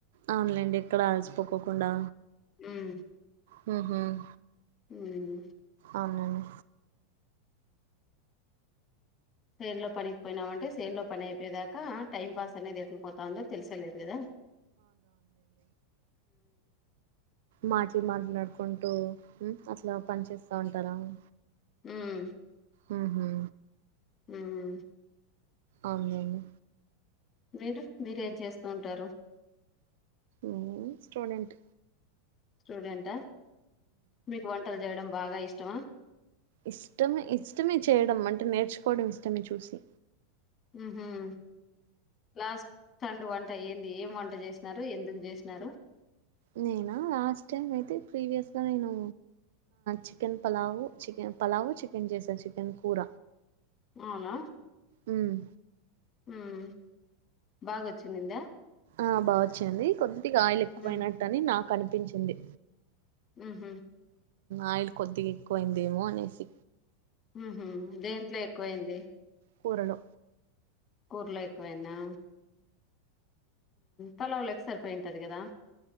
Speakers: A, on the right; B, on the left.
A: అవునులేండి ఇక్కడ అల్సిపోకోకుండా
B: మ్మ్
A: మ్మ్ హ్మ్
B: మ్మ్
A: అవునండీ
B: సేన్లో పనికి పోయినామంటే సేన్లో పని అయిపోయదాకా టైం పాస్ అనేది ఎట్లపో తాందో తెలిసేలేదు కదా
A: మాట్లు మాట్లాడుకుంటూ మ్మ్ అట్లా పని చేస్తా ఉంటారా మీ
B: మ్మ్
A: మ్మ్ హ్మ్
B: మ్మ్
A: అవునులేండి
B: మీరు మీరేం చేస్తూంటారు
A: మ్మ్ స్టూడెంట్
B: స్టూడెంట్ ఆ మీకు వంటలు చేయడం బాగా ఇష్టమా
A: ఇష్టమే ఇష్టమే చేయడం అంటే నేర్చుకోవడం ఇష్టమే చూసి
B: మ్మ్ హ్మ్ లాస్ట్ టన్ డు వంట ఏంది ఏం వంట చేసినారు ఎందుకు చేసినారు
A: నేనా లాస్ట్ టైం అయితే ప్రీవియస్గా నేను chicken pulao chicken pulao chicken చేశాను చికెన్ కూర
B: అవునా
A: మ్మ్
B: మ్మ్ బాగొచ్చిందిందా
A: ఆ బాగా వచ్చేంది కొ దిగా ఆయిల్ ఎక్వయినట్టని
B: ఉమ్
A: నాకు అనిపి పప్పించింది
B: ఆమ్మ్
A: ఆయిల్ కొద్దిగా ఎక్కువయింద ఏమో అనేసి
B: ఉహ దేంట్లో ఎక్కువైంది
A: కూరలు
B: కూర్లో ఎకువనా పలావులకి సరిపోయింటారు కదా